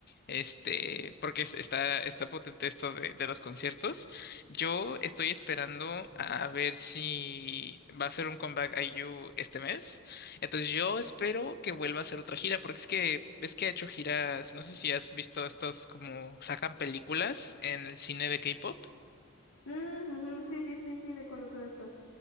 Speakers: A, on the left (about 50°); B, on the left (about 80°).
A: Este, porque es- está, está potente esto de, de los conciertos. Yo estoy esperando a ver si va a ser un comeback IU este mes. Entonces yo espero que vuelva a hacer otra gira, porque es que ves que ha hecho giras, no sé si has visto estos como sacan películas en el cine de K-pop.
B: Mm, ujú, sí, sí, sí, sí, recuerdo todo esto.